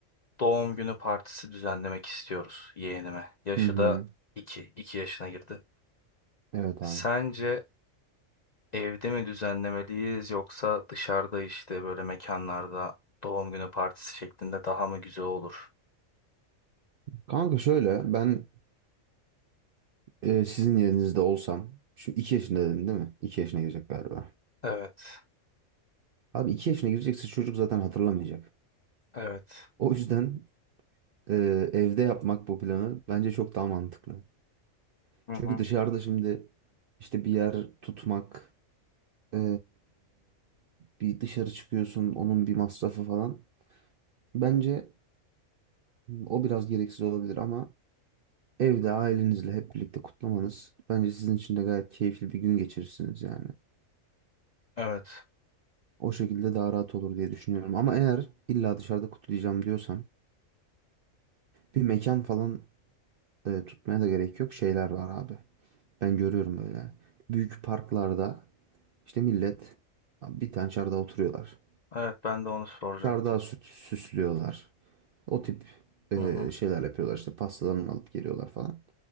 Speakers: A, on the left; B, on the right.
A: doğum günü partisi düzenlemek istiyoruz yeğenime. Yaşı
B: hı. hı.
A: da iki, iki yaşına girdi.
B: Evet
A: Sence
B: abi.
A: Evde mi düzenlemeliyiz yoksa dışarıda işte böyle mekanlarda doğum günü partisi şeklinde daha mı güzel olur?
B: Kanka şöyle ben e, sizin yerinizde olsam şimdi 2 yaşında dedin değil mi? 2 yaşına girecek galiba.
A: Evet,
B: Abi 2 yaşına girecekse çocuk zaten hatırlamayacak.
A: evet.
B: O yüzden e, evde yapmak bu planı bence çok daha mantıklı.
A: Hı
B: Çünkü
A: hı.
B: dışarıda şimdi işte bir yer tutmak e, bir dışarı çıkıyorsun onun bir masrafı falan. Bence o biraz gereksiz olabilir ama Evde ailenizle hep birlikte kutlamanız bence sizin için de gayet keyifli bir gün geçirirsiniz yani.
A: Evet.
B: O şekilde daha rahat olur diye düşünüyorum. Ama eğer illa dışarıda kutlayacağım diyorsan bir mekan falan e, tutmaya da gerek yok. Şeyler var abi. Ben görüyorum böyle. Büyük parklarda işte millet bir tane çardağa oturuyorlar.
A: Evet ben de onu soracaktım.
B: Çardağı süt süslüyorlar. O tip e,
A: Hı hı.
B: şeyler yapıyorlar işte pastalarını alıp geliyorlar falan.